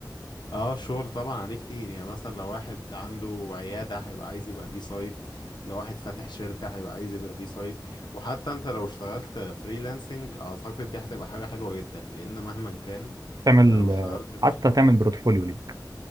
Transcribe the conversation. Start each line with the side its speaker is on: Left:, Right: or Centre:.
Left: اه الشغل طبعا عليه كتير يعني مثلا لو واحد عنده عيادة هيبقى عايز يبقى ليه سايت لو واحد فاتح شركة هيبقى عايز يبقى ليه سايت وحتى انت لو اشتغلت فريلانسنج اعتقد دي هتبقى حاجة حلوة جدا لان مهما كان
Right: تعمل
Left: انت لو اشتغلت
Right: آه،
Left: في
Right: حتى تعمل بورتفوليو ليك